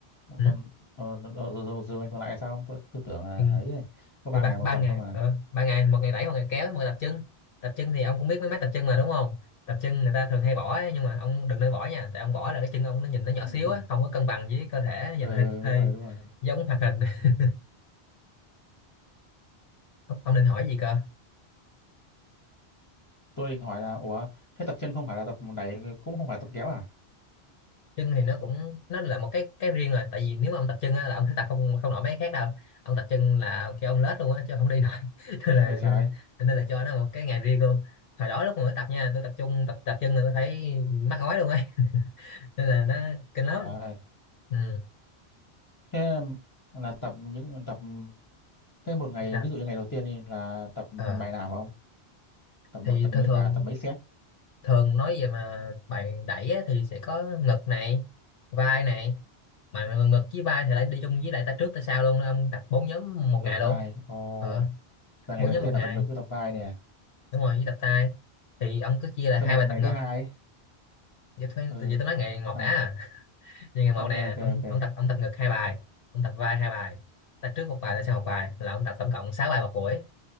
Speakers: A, on the left; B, on the left.
A: một
B: ừ.
A: tuần ờ, rồi rồi rồi rồi mày còn lại sao không tôi, tôi tưởng là
B: thì,
A: ấy ấy, có ba
B: thì ba,
A: ngày một
B: ba
A: tuần
B: ngày
A: thôi mà
B: ờ, ba ngày một ngày đẩy một ngày kéo một ngày tập chân tập chân thì ông cũng biết mấy máy tập chân mà đúng không tập chân người ta thường hay bỏ ấy, nhưng mà ông đừng nên bỏ nha tại ông bỏ là cái chân ông nó nhìn nó nhỏ
A: <laughs>
B: xíu á không có cân bằng với cơ thể nó
A: ờ
B: nhìn hơi hơi
A: đúng rồi đúng rồi
B: giống hoạt hình <laughs> ông, ông định hỏi gì cơ
A: tôi định hỏi là ủa thế tập chân không phải là tập đẩy cũng không phải tập kéo à
B: chân thì nó cũng nó là một cái cái riêng rồi tại vì nếu mà ông tập chân á, là ông sẽ tập không không nổi mấy cái khác đâu ông tập chân là kêu ông lết luôn á chứ không đi nổi <laughs> nên
A: Ghê
B: là
A: vậy trái
B: nên, nên là cho nó một cái ngày riêng luôn hồi đó lúc mà mới tập nha tôi tập trung tập tập chân là tôi phải mắc ói luôn ấy <laughs> nên là nó kinh lắm
A: à,
B: ừ
A: thế là tập những tập thế một ngày
B: sao
A: ví dụ như ngày đầu tiên đi là tập bài
B: ờ
A: nào không tập
B: thì
A: tập
B: thường
A: như thế
B: thường
A: nào tập mấy set
B: thường nói về mà bài đẩy á, thì sẽ có ngực này vai này mà ngực với vai thì lại đi chung với lại tay trước tay sau luôn đó ông tập bốn nhóm một
A: ngược
B: ngày luôn
A: vai ồ
B: ờ
A: là ngày
B: bốn
A: đầu
B: nhóm
A: tiên
B: một
A: là
B: ngày
A: tập ngược với tập vai nè
B: đúng rồi với tập tay thì ông cứ chia là
A: xong
B: hai
A: rồi
B: bài
A: còn ngày
B: tập ngực
A: thứ hai ấy.
B: vậy thôi em-
A: ừ
B: vậy tôi nói ngày một
A: ha
B: đã à. <laughs> vậy ngày một
A: ok
B: nè
A: ok
B: ông
A: ok
B: ông tập ông tập ngực hai bài ông tập vai hai bài tập trước một bài là sau một bài là ông tập tổng cộng 6 bài một buổi